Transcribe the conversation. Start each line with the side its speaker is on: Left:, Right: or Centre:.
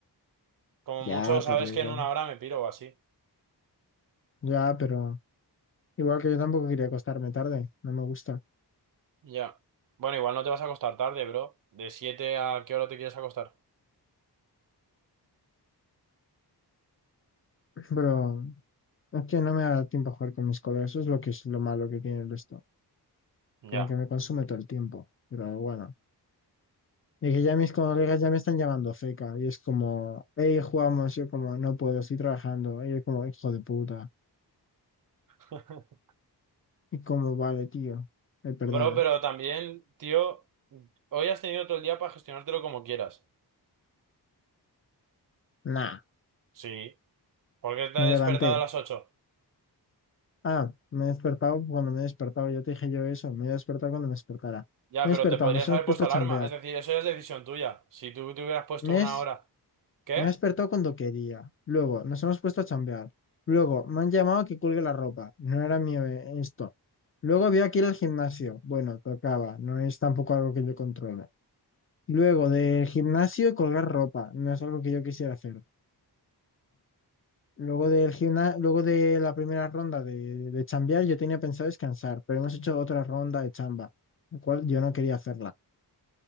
Right: Como
Left: Ya,
Right: mucho sabes
Left: pero igual.
Right: que en una hora me piro o así.
Left: Ya, pero igual que yo tampoco quería acostarme tarde, no me gusta.
Right: Ya. Bueno, igual no te vas a acostar tarde, bro. ¿De 7 a qué hora te quieres acostar?
Left: Pero es que no me da tiempo a jugar con mis colegas, eso es lo que es lo malo que tiene esto.
Right: Ya.
Left: Como que me consume todo el tiempo, pero bueno. Y que ya mis colegas ya me están llamando feca, y es como, hey, jugamos, yo como, no puedo, estoy trabajando, y es como, hijo de puta.
Right: <laughs>
Left: Y como vale, tío. Eh, perdona.
Right: Bro, pero también, tío, hoy has tenido todo el día para gestionártelo como quieras.
Left: Nah,
Right: Sí. ¿Por qué te
Left: me
Right: has
Left: levanté.
Right: despertado a las ocho.
Left: Ah, me he despertado cuando me he despertado. Ya te dije yo eso. Me he despertado cuando me despertara.
Right: Ya,
Left: Me
Right: pero
Left: he despertado,
Right: te podrías
Left: nos hemos
Right: haber
Left: puesto
Right: puesto
Left: a
Right: alarma.
Left: chambear.
Right: Es decir, eso ya es decisión tuya. Si tú te hubieras puesto
Left: Me,
Right: una
Left: es-
Right: hora. ¿Qué?
Left: me he despertado cuando quería. Luego, nos hemos puesto a chambear. Luego, me han llamado a que cuelgue la ropa. No era mío eh, esto. Luego había aquí ir al gimnasio. Bueno, tocaba. No es tampoco algo que yo controle. Luego, del gimnasio, colgar ropa. No es algo que yo quisiera hacer. Luego del gimna- luego de la primera ronda de, de chambear, yo tenía pensado descansar, pero hemos hecho otra ronda de chamba, la cual yo no quería hacerla.